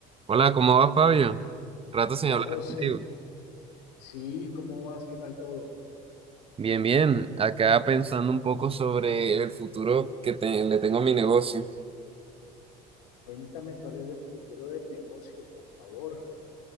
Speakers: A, on the right (about 30°); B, on the left (about 85°).
A: Hola, ¿cómo va Fabio? Rato sin
B: Hola
A: hablar
B: José,
A: contigo.
B: sí, ¿cómo vas? ¿Qué tal todo?
A: Bien, bien. Acá pensando un poco sobre el futuro que te- le tengo a mi negocio.
B: Cuéntame cuál es el futuro del negocio, por favor.